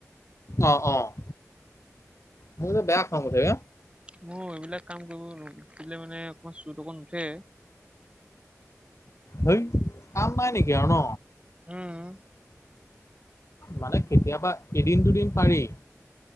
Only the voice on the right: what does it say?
মোৰ এইবিলাক কাম কৰিব দিলে মানে অকমান চুৰত অকত উঠে।
উম।